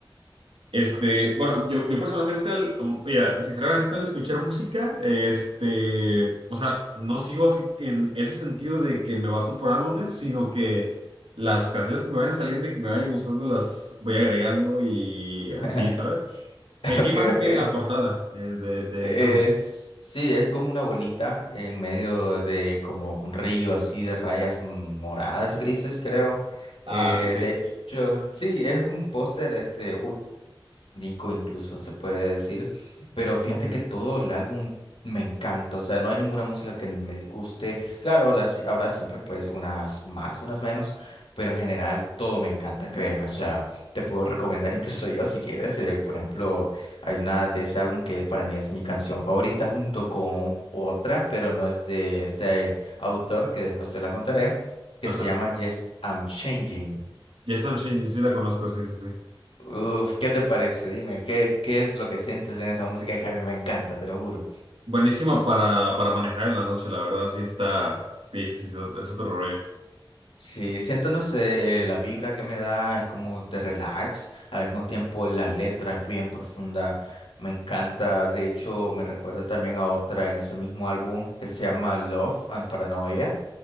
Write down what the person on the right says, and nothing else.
Este, bueno, yo, yo personalmente, al- mm, mira, sinceramente al escuchar música, este, o sea, no sigo así que en ese sentido de que me baso por álbumes, sino que las canciones que me vayan saliendo y que me vayan gustando las voy agregando y
así, ¿sabes? Eh,
¿qué imagen
tiene
la portada eh, de, de
ese álbum?
Ah, que sí.
Ujú.
Ajá.
Yes, I'm Changing, sí la conozco, sí, sí, sí.
Buenísima para, para manejar en la noche, la verdad, sí está, sí, sí, sí, es otro rollo.